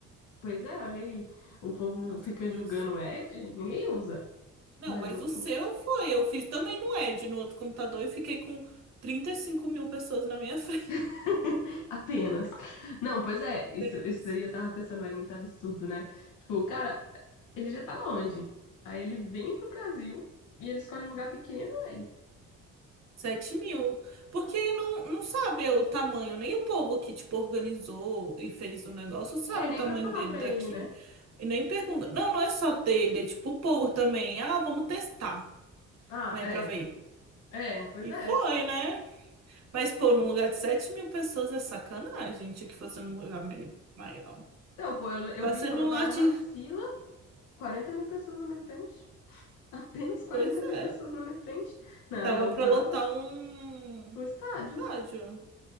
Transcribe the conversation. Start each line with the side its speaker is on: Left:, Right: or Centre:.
Left: Pois é, olha aí. O povo
Right: as
Left: fica
Right: coisas.
Left: julgando o Edge, ninguém usa.
Right: Não,
Left: Mas
Right: mas
Left: eu
Right: o
Left: uso.
Right: seu foi. Eu fiz também no Ed, no outro computador, e fiquei com trinta e cinco mil pessoas na minha <laughs> frente
Left: <laughs> Apenas. Não, pois é,
Right: apenas.
Left: isso, isso daí eu tava pensando, é muito absurdo, né? Tipo, o cara, ele já tá longe. Aí ele vem pro Brasil e ele escolhe um lugar pequeno, aí.
Right: sete mil. Porque não, não sabe o tamanho, nem o povo que, tipo, organizou e fez o negócio sabe
Left: É, nem
Right: o tamanho
Left: pra falar
Right: dele
Left: pra
Right: daqui.
Left: ele, né?
Right: E nem pergunta. Não, não é só dele, é tipo o povo também. Ah, vamos testar,
Left: Ah,
Right: né,
Left: é.
Right: pra ver.
Left: É, pois
Right: E
Left: é.
Right: foi, né? Mas, pô, num lugar de sete mil pessoas é sacanagem. Tinha que fazer num lugar me- maior.
Left: Então, pô, eu, eu
Right: Fazendo
Left: vi quando eu
Right: um
Left: tava
Right: arte.
Left: na fila, 40 mil pessoas na minha frente. Apenas quarenta
Right: Pois
Left: mil
Right: é.
Left: pessoas na minha frente, na,
Right: Tava
Left: na outra
Right: pra lotar
Left: aba,
Right: um
Left: um estádio.
Right: estádio.